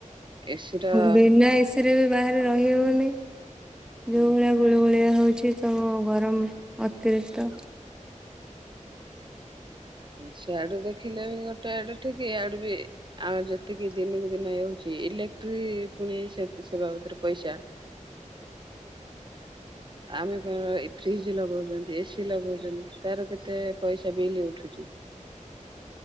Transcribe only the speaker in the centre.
ବିନା ଏସି ବି ବାହାରେ ରହି ହଉନି। ଦଉଳିଆ
ଗୁଳୁ ଗୁଳିଆ ହୋଉ ଅଛି ତମ ଗରମ ଅତିରିକ୍ତ <inaudible>